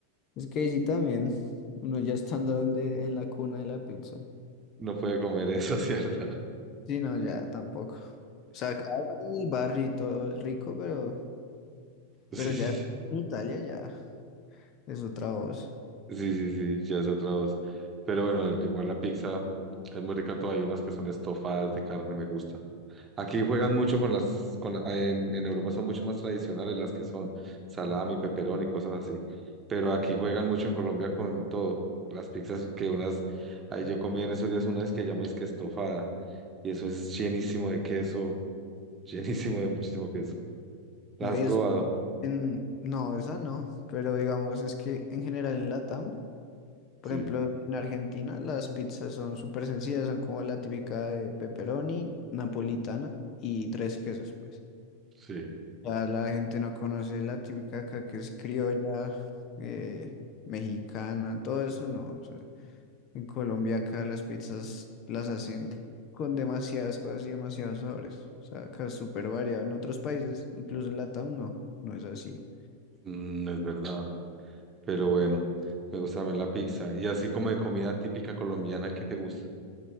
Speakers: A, on the left; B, on the right.
A: Es que sí también, uno ya estando donde, en la cuna de la pizza.
B: No puede comer eso, ¿cierto?
A: Sí, no, ya tampoco. O sea, acá en el barrio y todo es rico, pero,
B: <laughs>
A: pero
B: Sí, sí,
A: ya en Italia ya es otra voz.
B: sí, sí, sí, ya es otra voz. Pero bueno, el- igual la pizza es muy rica, todavía hay unas que son estofadas de carne, me gusta. Aquí juegan mucho con las, con, la- en, en Europa son mucho más tradicionales las que son salami,
A: Sí.
B: peperón y cosas así. Pero aquí juegan mucho en Colombia con todo. Las pizzas que unas, ahí yo comí en esos días una vez que llamáis que estofada y eso es llenísimo de queso, <laughs> llenísimo de muchísimo queso. ¿Las
A: No,
B: has
A: y
B: probado?
A: eso en, no, esa no, pero digamos, es que en general en Latam, por
B: Sí,
A: ejemplo, en Argentina las pizzas son súper sencillas, son como la típica de pepperoni, napolitana y tres quesos, pues.
B: sí,
A: Ya la gente no conoce la típica acá que es criolla, eh, mexicana, todo eso no. O sea, en Colombia acá las pizzas las hacen con demasiadas cosas y demasiados sabores. O sea, acá es súper variado. En otros países, incluso en Latam, no, no es así.
B: Mm, es verdad. Pero bueno, me gusta también la pizza. Y así como de comida típica colombiana, ¿qué te gusta?